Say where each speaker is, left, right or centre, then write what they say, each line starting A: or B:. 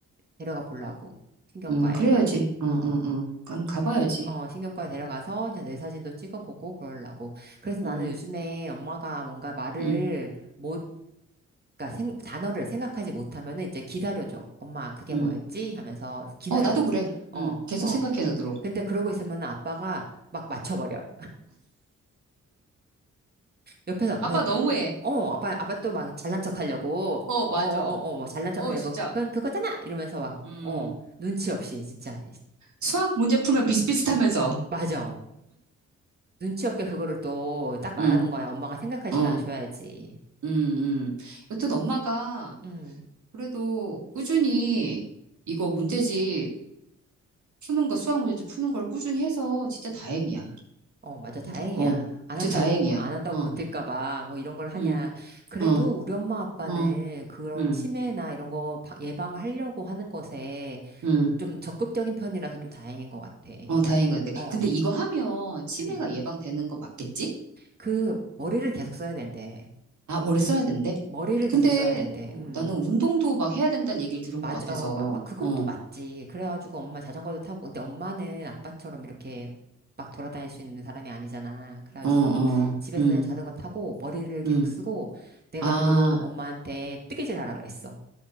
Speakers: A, on the right; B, on the right.
A: 데려가 보려고 신경과에
B: 음. 그래야지. 어, 어,
A: 어,
B: 어. 그럼 가봐야지.
A: 어 신경과에 데려가서 이제 뇌 사진도 찍어보고 그러려고 그래서 나는
B: 음,
A: 요즘에 엄마가 뭔가 말을
B: 음,
A: 못 그러니까 생- 단어를 생각하지 못하면은 이제 기다려줘 엄마 그게
B: 음.
A: 뭐였지 하면서 기다려줘
B: 어, 나도 그래.
A: 어
B: 음, 계속
A: 어
B: 생각해 놓도록.
A: 근데 그러고 있으면 아빠가 막 맞춰버려 옆에서
B: 아빠
A: 아,
B: 너무해.
A: 아, 어 아빠 아빠 또 막 잘난 척 하려고
B: 어,
A: 어어어어
B: 맞아.
A: 뭐 잘난 척
B: 어,
A: 하려고
B: 진짜.
A: 그건 그거잖아 이러면서 막
B: 음.
A: 어 눈치 없이 진짜
B: 수학 문제 풀면 비슷비슷하면서.
A: 맞아 눈치 없게 그거를 또 딱 말하는
B: 음,
A: 거야 엄마가 생각할 시간을
B: 어.
A: 줘야지
B: 음, 음. 여튼 엄마가
A: 음음음어
B: 그래도 꾸준히 이거 문제집 푸는 거, 수학 문제집 푸는 걸 꾸준히 해서 진짜 다행이야.
A: 맞아 다행이야
B: 근데, 어,
A: 안
B: 진짜
A: 한다고
B: 다행이야.
A: 버- 안 한다고
B: 어,
A: 버틸까 봐 뭐 이런 걸 하냐
B: 음,
A: 그래도
B: 어,
A: 우리 엄마 아빠는
B: 어,
A: 그런
B: 음,
A: 치매나 이런 거 바- 예방하려고 하는 것에
B: 음,
A: 좀 적극적인 편이라서 좀 다행인 것 같아
B: 어, 다행인 것 같아.
A: 어
B: 근데 이거 하면 치매가
A: 음.
B: 예방되는 거 맞겠지?
A: 그 머리를 계속 써야 된대.
B: 아, 머리 써야 된대.
A: 머리를
B: 근데
A: 계속 써야 된대.
B: 어,
A: 음.
B: 나는 운동도 막 해야 된다는 얘기를 들은
A: 맞아.
B: 것 같아서,
A: 어, 마, 마- 그것도
B: 어, 어,
A: 맞지. 그래가지고 엄마 자전거도 타고. 근데 엄마는 아빠처럼 이렇게 막 돌아다닐 수 있는 사람이 아니잖아. 그래가지고
B: 어, 어,
A: 집에서
B: 음,
A: 그냥 자전거 타고 머리를 계속
B: 음.
A: 쓰고 내가
B: 아,
A: 그러고 엄마한테 뜨개질 하라 그랬어.